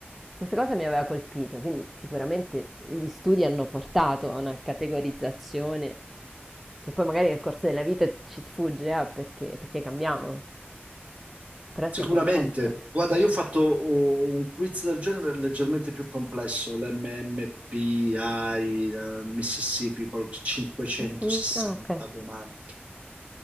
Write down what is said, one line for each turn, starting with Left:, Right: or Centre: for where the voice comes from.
Centre: Questa cosa mi aveva colpito, quindi sicuramente gli studi hanno portato a una categorizzazione che poi magari nel corso della vita ci sfugge, eh, perché, perché cambiamo. Però è
Right: Sicuramente,
Centre: sorprendente.
Right: guarda, io ho fatto oh, un quiz del genere leggermente più complesso, l'MMPI, eh, Mississippi, con 560
Centre: Mhm. Ah, ok.
Right: domande